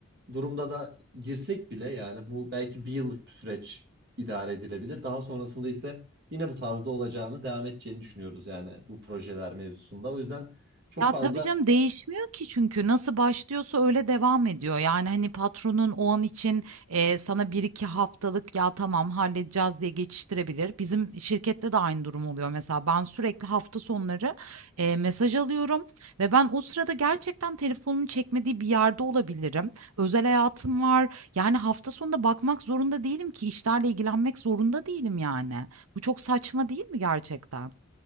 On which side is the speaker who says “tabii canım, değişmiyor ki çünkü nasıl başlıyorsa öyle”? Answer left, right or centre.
Right